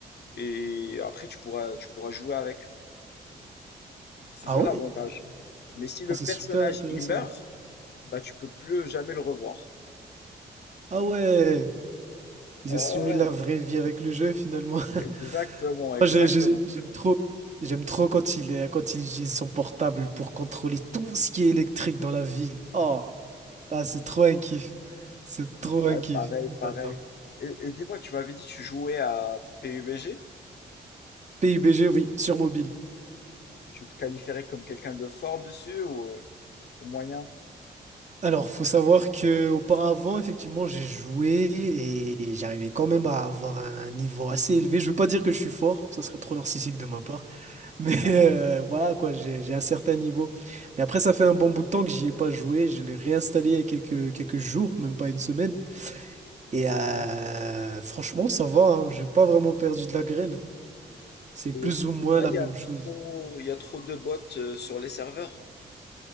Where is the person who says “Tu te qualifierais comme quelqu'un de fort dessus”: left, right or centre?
Left